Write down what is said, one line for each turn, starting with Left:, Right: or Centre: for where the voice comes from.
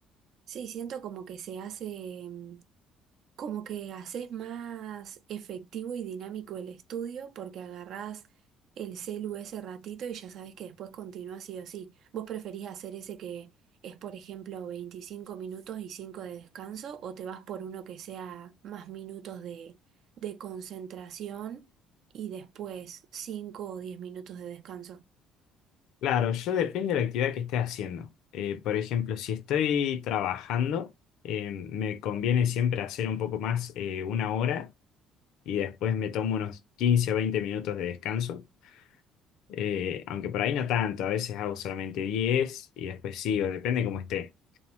Right: Sí, siento como que se hace, mm, como que haces más efectivo y dinámico el estudio porque agarrás el celu ese ratito y ya sabes que después continúa sí o sí. ¿Vos preferís hacer ese que es, por ejemplo, 25 minutos y 5 de descanso o te vas por uno que sea más minutos de, de concentración y después 5 o 10 minutos de descanso?
Left: Claro, yo depende de la actividad que esté haciendo. Eh, por ejemplo, si estoy trabajando, eh, me conviene siempre hacer un poco más, eh, una hora y después me tomo unos 15 o 20 minutos de descanso. Eh, aunque por ahí no tanto, a veces hago solamente 10 y después sigo, depende cómo esté.